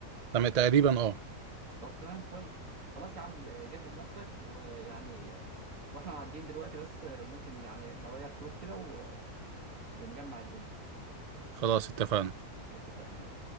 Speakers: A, on the right (about 80°); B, on the right (about 60°).
A: تم- تقريبا اه
B: طب تمام كويس خلاص يا عم آه، جهز نفسك ويعني آه، واحنا معديين دلوقتي بس آه، ممكن يعني نغير فلوس كده و- ونجمع الدنيا
A: خلاص اتفقنا
B: اتفقنا